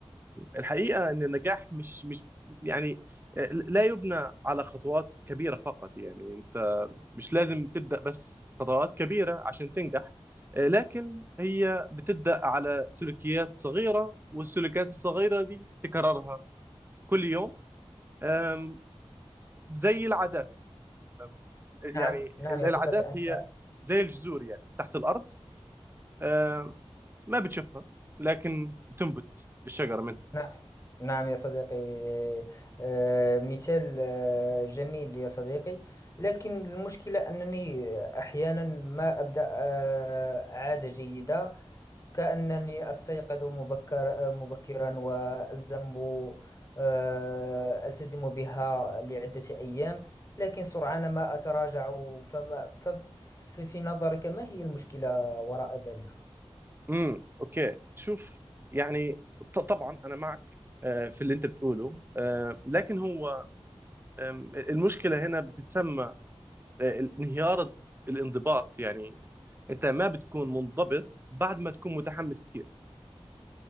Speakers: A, on the right (about 20°); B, on the left (about 30°).
A: الحقيقة أن النجاح مش مش يعني آه، لا يبنى على خطوات كبيرة فقط يعني أنت مش لازم تبدأ بس خطوات كبيرة عشان تنجح آه، لكن هي بتبدأ على سلوكيات صغيرة والسلوكيات الصغيرة دي تكررها كل يوم آم، زي العادات أم، يعني
B: نعم نعم
A: العادات
B: يا صديقي أنت
A: هي زي الجذور يعني تحت الأرض أم، ما بتشوفها لكن بتنبت الشجرة منها
B: نعم. نعم يا صديقي آه، مثال آه، جميل يا صديقي لكن المشكلة أنني أحيانا ما أبدأ آه، عادة جيدة كأنني أستيقظ مبكر آه، مبكرا وألزم آه، ألتزم بها لعدة أيام لكن سرعان ما أتراجع فما ف- ف- في نظرك ما هي المشكلة وراء ذلك؟
A: امم اوكي شوف يعني ط- طبعا انا معك آه، في اللي انت بتقوله آه، لكن هو آم، المشكله هنا بتتسمى آه، انهيار الانضباط يعني انت ما بتكون منضبط بعد ما تكون متحمس كتير